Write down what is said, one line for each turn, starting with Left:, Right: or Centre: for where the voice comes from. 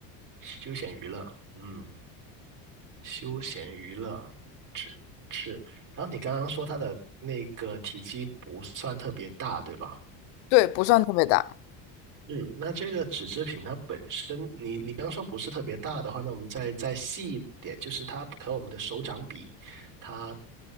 Right: 休闲娱乐？嗯，休闲娱乐是。然后你刚刚说它的那个体积不算特别大，对吧？
Left: 对，不算特别大，
Right: 嗯，那这个纸制品它本身，你你刚说不是特别大的话，那我们再再细一点，就是它和我们的手掌比，它